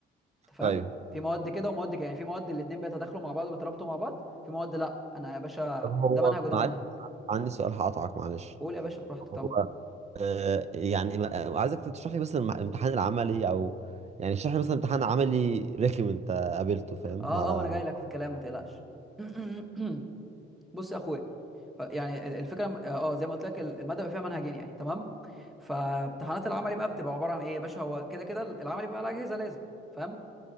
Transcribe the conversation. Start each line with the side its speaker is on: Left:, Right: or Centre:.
Centre: انت فاهم
Right: ايوه
Centre: في مواد كده ومواد كده يعني في مواد الاتنين بيتداخلوا مع بعض وبيترابطوا مع بعض في مواد لا انا يا باشا
Right: طب هو
Centre: ده منهج وده
Right: معلش
Centre: منهج
Right: عندي سؤال هقطعك معلش
Centre: قول يا باشا براحتك
Right: هو
Centre: طبعا
Right: آه يعني ما- آه، عايزك تشرح لي مثلا مع- امتحان العملي او يعني اشرح لي مثلا امتحان عملي رخم انت قابلته فاهم
Centre: اه
Right: على
Centre: اه ما انا جاي لك في الكلام ما تقلقش <clears throat> <coughs> بص يا اخويا ف- يعني ال- الفكره م- اه آه، زي ما قلت لك ال- الماده بيبقى فيها منهجين يعني تمام فامتحانات العملي بقى بتبقى عباره عن ايه يا باشا هو كده كده ال- العملي بيبقى على اجهزه لازم فاهم